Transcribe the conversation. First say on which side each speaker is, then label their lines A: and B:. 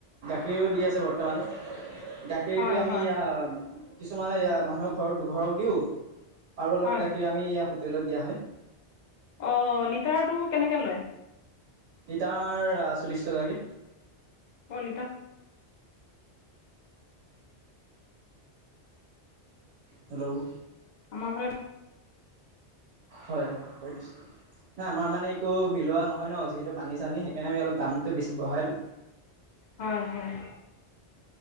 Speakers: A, on the right; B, on the left.
A: গাখীৰো দি আছে বৰ্তমান গাখীৰটো
B: হয়,
A: আমি
B: হয়,
A: এয়া কিছুমান। মানুহৰ ঘৰত দুঘৰত দিও আৰু অলপ
B: হয়।
A: গাখীৰ আমি হোটেলত দিয়া হয়।
B: অ' লিটাৰটো কেনেকে লয়।
A: লিটাৰ আমাৰ আ চল্লিছ টকাকে।
B: অ‌' লিটাৰ
A: হেল্ল'
B: আমাৰ ঘৰত <inaudible>
A: হয়-হয় দিছে। না আমাৰ মানে একো মিলোৱা নহয় ন যিহেতু পানী চানী সেইকাৰণে আমি অলপ দামটো বেছি বঢ়াই লও।
B: হয়-হয়।